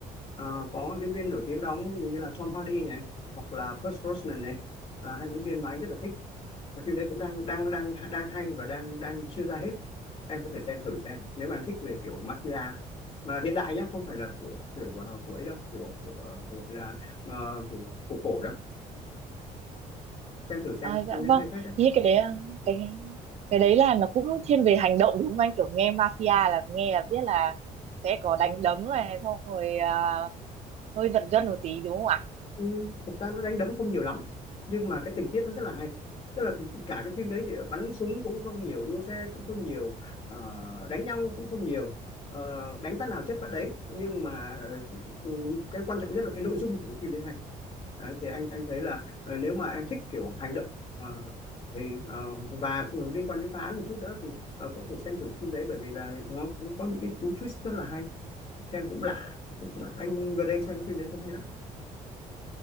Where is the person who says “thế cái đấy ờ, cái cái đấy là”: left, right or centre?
Right